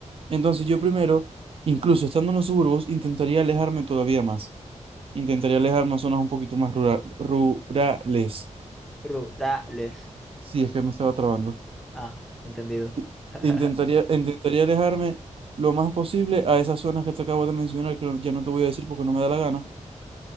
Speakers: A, on the right (about 45°); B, in the centre.
A: entonces yo primero, incluso estando en los suburbos, intentaría alejarme todavía más. Intentaría alejarme a zonas un poquito más rura- rurales.
B: Rurales.
A: Sí, es que me estaba trabando.
B: Ah, entendido.
A: I-
B: <laughs>
A: Intentaría, intentaría alejarme lo más posible a esas zonas que te acabo de mencionar, que ya no te voy a decir porque no me da la gana.